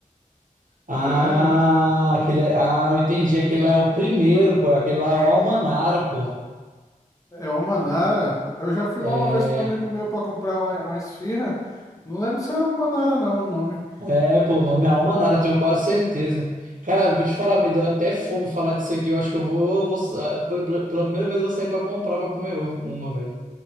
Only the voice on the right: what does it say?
Ah,
aquele, ah, eu entendi. Aquele lá é o primeiro, pô. Aquele lá é o Almanara, pô.
É,
é, pô, o nome é Almanara, eu tenho quase certeza. Cara, vou te falar, me deu até fome falar disso aqui. Eu acho que eu vou, vou sa- pela pela primeira vez eu vou sair pra comprar pra comer ovo- uma, velho.